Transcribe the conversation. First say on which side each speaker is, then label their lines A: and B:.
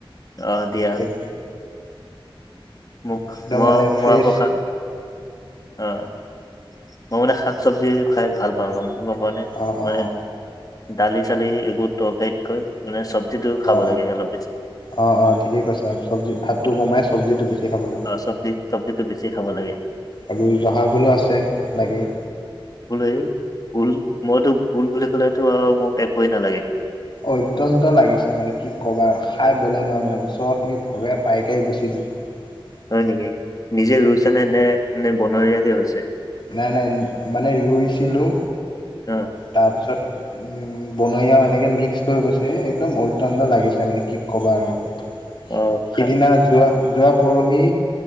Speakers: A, on the left; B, on the left.
A: অ' দিয়া।
B: এক
A: মোক,
B: একদম মানে ফ্ৰেছ
A: মই আকৌ খাই অ' মই মানে শাক চবজি খাই ভাল পাওঁ গ'ম গ'ম পোৱানে?
B: অ অ
A: মানে দালি চালি এইবোৰ টৰকাৰীতকৈ মানে চব্জি টো খাব
B: অ
A: লাগে অলপ বেছি।
B: অ', অ' ঠিকে কৈছে। চব্জি ভাত টো কমাই চব্জি টো বেছি খাব লাগে
A: অ' চব্জি চব্জিটো বেছি খাব লাগে।
B: আৰু জহা ভোলো আছে লাগি।
A: বোলো এই ভোল মইতো ভোল বুলি ক'লেতো আৰু মোক একোৱেই নালাগে।
B: অত্যন্ত লাগিছে মানে কি কবা, খাই বলে নোৱাৰ মানে ওচৰৰ খিনিক ভগাই দি পাইকাৰি বেছি দিছো। <unintelligible>
A: হয় নেকি? নিজে ৰুইছা নে নে বনৰীয়াকেৈ হৈছে?
B: নাই নাই মানে ৰুইছিলোঁ
A: অ'।
B: তাৰপিছত উম বনৰীয়াও এনেকে মিক্স হৈ গৈছে, একদম অত্যন্ত লাগিছে মানে কি ক'বা আৰু। উ
A: অ খা
B: সিদিনা যোৱা যোৱা পৰহি